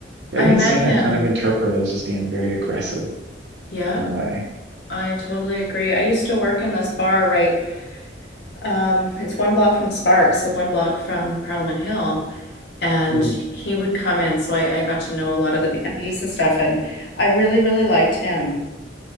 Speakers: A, on the right (about 70°); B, on the left (about 65°).
A: Jagmeet
B: I met
A: Singh,
B: him.
A: I kind of interpret as just being very aggressive
B: Yeah,
A: in a way.
B: I totally agree. I used to work in this bar, right? Um, it's one block from Sparks, so one block from Parliament Hill. And
A: Mm,
B: he would come in, so I, I got to know a lot of the MPs and stuff, and I really, really liked him.